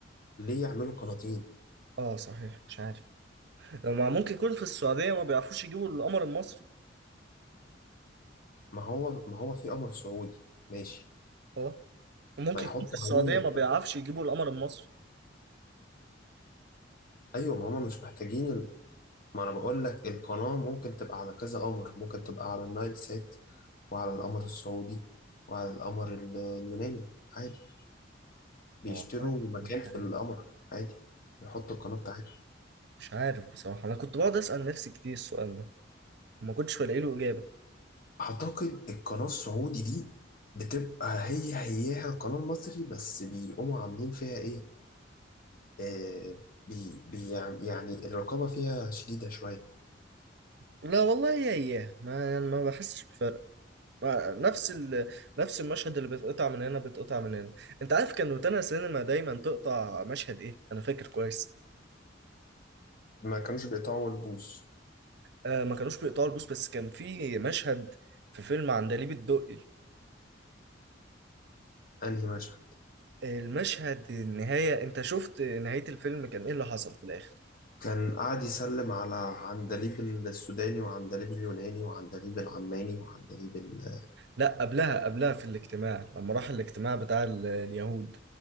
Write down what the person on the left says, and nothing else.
ليه يعملوا قناتين
ما هو ما هو في قمر سعودي ماشي
ما يحطوا
عليه
ايوه ما هما مش محتاجين ال... ما انا بقول لك القناة ممكن تبقى على كذا قمر ممكن تبقى على النايل سات وعلى القمر السعودي وعلى القمر ال- اليوناني عادي بيشتروا
مكان في
القمر عادي بيحطوا القناة بتاعتهم
أعتقد القناة السعودي دي بتبقى هي هياها القناة المصري بس بيقوموا عاملين فيها إيه آه بي بي يعني يعني الرقابة فيها شديدة شوية
ما كانوش بيقطعوا البوص
أنهي مشهد
كان قاعد يسلم على عندليب السوداني وعندليب اليوناني وعندليب العماني وعندليب ال-